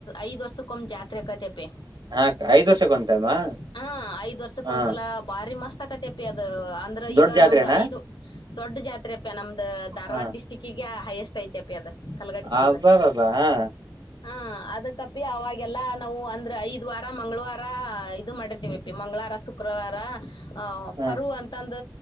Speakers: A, on the left; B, on the right.
A: ಐದ್ ವರ್ಷಕ್ಕೆ ಒಮ್ ಜಾತ್ರೆ ಆಕೈತಿ ಪ್ಪಿ
B: ಹಾ ಅಕ್ಕ ಐದ್ ವರ್ಷಕ್ಕೆ ಒಂದ್ ಟೈಮಾ
A: ಹಾ ಐದ್ ವರ್ಷಕ್
B: ಹಾ
A: ಒಂದ್ಸಲ ಬಾರಿ ಮಸ್ತ್ ಆಕತಿ ಅಪ್ಪಿ ಅದ ಅಂದ್ರ
B: ದೊಡ್ಡ
A: ಈಗ
B: ಜಾತ್ರೆನಾ
A: ನಮ್ದು ಐದು ದೊಡ್ಡ ಜಾತ್ರೆ ಪ್ಪಿ ನಮ್ಮ ಅ ಧಾರವಾಡ
B: ಹಾ
A: ಡಿಸ್ಟಿಕ್ಕಿಗೇ ಹೈಯಸ್ಟ್ ಐತೆ ಅಪ್ಪಿ ಅದು ಕಲಗಟಿಕಿ
B: ಅಬ್ಬಾಬಾಬಾ
A: ಇದೆ.
B: ಹಾ
A: ಹಾ ಅದಕ್ಕ ಅವಾಗೆಲ್ಲಾ ನಾವು ಅಂದ್ರೆ ಐದ್ ವಾರ ಮಂಗಳವಾರ ಇದು ಮಾಡಿರ್ತೀವಿ ಅಪ್ಪಿ ಮಂಗಳಾರ ಸುಕ್ ಶುಕ್ರವಾರ ಆ
B: ಹಾ
A: ಪರು ಅಂತಂದ್